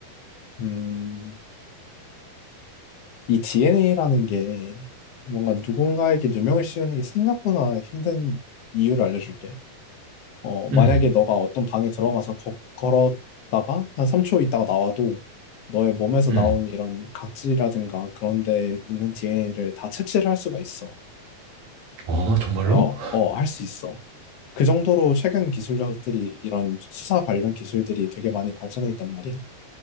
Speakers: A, on the left; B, on the right.
A: 음이 DNA라는 게 뭔가 누군가에게 누명을 씌우는 게 생각보다 힘든 이유를 알려줄게 어 만약에
B: 음.
A: 너가 어떤 방에 들어가서 거, 걸었다가 한 3초 있다가 나와도 너의 몸에서
B: 음.
A: 나온 이런 각질이라든가 그런 데 있는 DNA를 다 채취를 할 수가 있어
B: 아 정말로?
A: 어 어 할 수 있어 그 정도로 최근 기술력들이 이런 수사 관련 기술들이 되게 많이 발전해 있단 말이야.